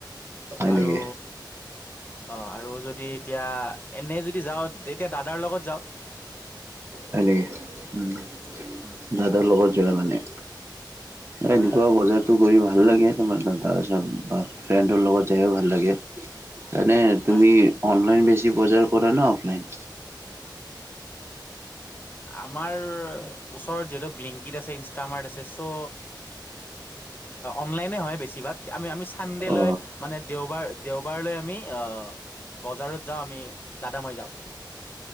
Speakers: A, on the right (about 30°); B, on the left (about 25°).
A: হয়
B: আৰু
A: নেকি
B: অহ আৰু যদি এতিয়া। এনে যদি যাওঁ তেতিয়া দাদাৰ লগত যাওঁ।
A: হয় নেকি উম
B: উম,
A: দাদাৰ লগত যোৱা মানে।
B: হয়
A: এনেকুৱা
B: হয়
A: বজাৰটো কৰি ভাল লাগে তোমাৰ দাদাৰ বা ফ্ৰেণ্ডৰ লগত। ভাল লাগে তাৰমানে
B: হয়
A: তুমি অনলাইন বেছ। চি বজাৰ কৰা নে অফলাইন।
B: আমাৰ ওচৰৰত যিহেতু ব্লিংকিত আছে ইনচ। মাৰ্ট আছে চো অনলাইনয়ে হয় বেছিভাগ আমি আমি চে। ন্দেহ
A: অ
B: লৈ মানে দেওবাৰ। দেওবাৰলৈ আমি অহ বজাৰত যাওঁ আমি দাদা মই যাওঁ।